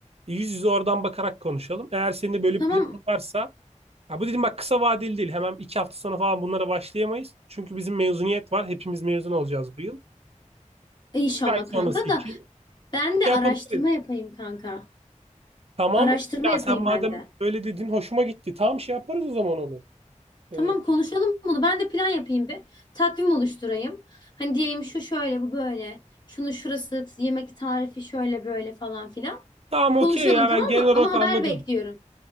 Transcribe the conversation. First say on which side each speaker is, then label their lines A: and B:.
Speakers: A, on the right; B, on the left.
A: Yüz yüze oradan bakarak konuşalım. Eğer senin de böyle
B: Tamam
A: bir planın varsa ya bu dedim bak kısa vadeli değil. Hemen iki hafta sonra falan bunlara başlayamayız. Çünkü bizim mezuniyet var. Hepimiz mezun olacağız bu yıl.
B: inşallah
A: Üç ay sonrası
B: kanka da
A: için.
B: ben de
A: yapabiliriz.
B: araştırma yapayım kanka.
A: Tamam.
B: Araştırma
A: Ya
B: yapayım
A: sen madem
B: ben de.
A: öyle dedin hoşuma gitti. Tamam şey yaparız o zaman onu.
B: Tamam
A: Ee,
B: konuşalım bunu. Ben de plan yapayım bir. Takvim oluşturayım. Hani diyeyim şu şöyle bu böyle. Şunu şurası yemek tarifi şöyle böyle falan filan.
A: tamam
B: Konuşalım
A: okey ya
B: tamam
A: ben genel
B: mı?
A: olarak
B: Ama haber
A: anladım.
B: bekliyorum.